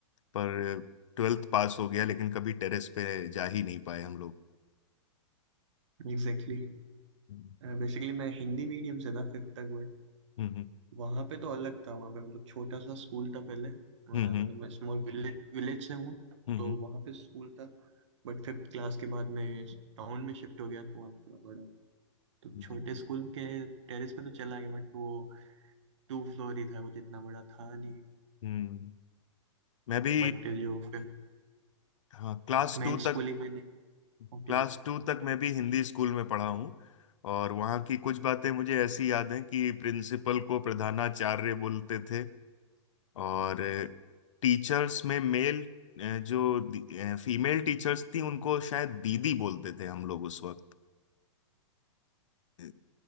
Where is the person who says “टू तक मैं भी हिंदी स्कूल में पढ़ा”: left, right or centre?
Left